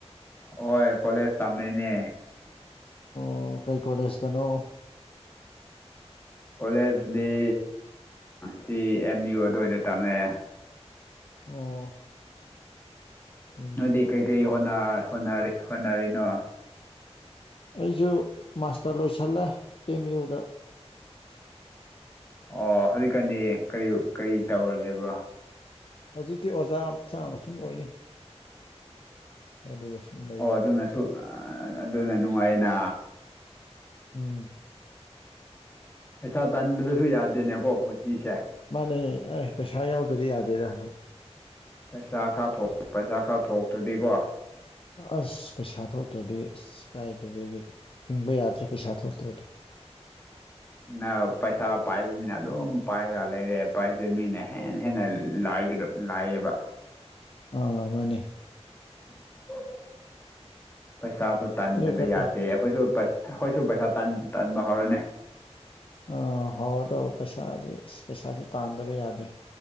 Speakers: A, on the left; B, on the left.
A: ꯍꯣꯏ ꯀꯣꯂꯦꯖ ꯇꯝꯃꯦꯩꯅꯦ
B: ꯑꯣ ꯀꯩ ꯀꯣꯂꯦꯖ ꯇꯅꯣ
A: ꯀꯣꯂꯦꯖꯗꯤ ꯁꯤ ꯑꯦꯝ ꯌꯨ ꯑꯗꯨꯋꯥꯏꯗ ꯇꯝꯃꯛꯑꯦ
B: ꯑꯣ ꯑꯦꯝ
A: ꯅꯣꯏꯗꯤ
B: ꯌꯨ ꯑꯗꯥꯏꯗ
A: ꯀꯩ ꯀꯩ ꯍꯣꯠꯅ ꯍꯣꯠꯅꯔꯤ ꯍꯣꯠꯅꯔꯤꯅꯣ
B: ꯑꯩꯁꯨ ꯃꯥꯁꯇꯔ ꯂꯣꯏꯁꯜꯂꯦ ꯑꯦꯝ ꯌꯨ ꯗꯥ
A: ꯑꯣ ꯍꯧꯖꯤꯛꯀꯥꯟꯗꯤ ꯀꯔꯤ ꯀꯔꯤ ꯇꯧꯔ ꯂꯩꯕ꯭ꯔꯣ
B: ꯍꯧꯖꯤꯛꯇꯤ ꯑꯣꯖꯥ ꯃꯆꯥꯃꯥ ꯁꯨꯝ ꯑꯣꯏꯔꯤ ꯑꯗꯨꯒ ꯂꯩꯕ
A: ꯑꯣ ꯑꯗꯨꯅꯁꯨ ꯑꯗꯨꯅ ꯅꯨꯡꯉꯥꯏꯌꯦꯅ
B: ꯎꯝ
A: ꯄꯩꯁꯥ ꯇꯟꯗꯕꯁꯨ ꯌꯥꯗꯦꯅꯦꯀꯣ ꯄꯨꯟꯁꯤꯁꯦ
B: ꯃꯥꯅꯦ ꯑꯦ ꯄꯩꯁꯥ ꯌꯥꯎꯗꯗꯤ ꯌꯥꯗꯦꯗ
A: ꯄꯩꯁꯥ ꯈꯔ ꯊꯣꯛ ꯄꯩꯁꯥ ꯈꯔ ꯊꯣꯛꯇ꯭ꯔꯗꯤꯀꯣ
B: ꯑꯁ ꯄꯩꯁꯥ ꯊꯣꯛꯇ꯭ꯔꯗꯤ ꯑꯁ ꯀꯥꯏꯗꯨꯗꯒꯤ ꯍꯤꯡꯕ ꯌꯥꯗ꯭ꯔꯦ ꯄꯩꯁꯥ ꯊꯣꯛꯇ꯭ꯔꯗꯤ
A: ꯅ ꯄꯩꯁꯥ ꯄꯥꯏꯕ ꯃꯤꯅ ꯑꯗꯨꯝ ꯄꯥꯏꯔ ꯂꯩꯔꯦ ꯄꯥꯏꯗꯕ ꯃꯤꯅ ꯍꯦꯟꯅ ꯍꯦꯟꯅ ꯂꯥꯛꯒꯗꯕ ꯂꯥꯏꯌꯦꯕ
B: ꯑ ꯃꯥꯅꯤꯅꯦ
A: <unintelligible> ꯄꯩꯁꯥꯁꯨ ꯇꯥꯟꯗꯕ
B: ꯑꯗꯨꯒ
A: ꯌꯥꯗꯦ ꯑꯩꯈꯣꯏꯁꯨ ꯄꯩꯁ ꯑꯩꯈꯣꯏꯁꯨ ꯄꯩꯁꯥ ꯇꯥꯟ ꯇꯥꯟꯕ ꯍꯧꯔꯅꯤ
B: ꯑ ꯍꯧꯔ ꯇꯧꯕ ꯄꯩꯁꯥꯁ ꯑꯁ ꯄꯩꯁꯥꯥꯁ ꯇꯥꯟꯗꯕ ꯌꯥꯗ꯭ꯔꯦ